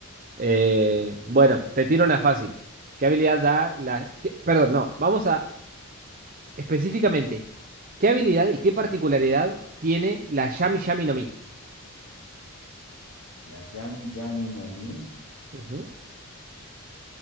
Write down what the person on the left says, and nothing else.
La Yami Yami no Mi.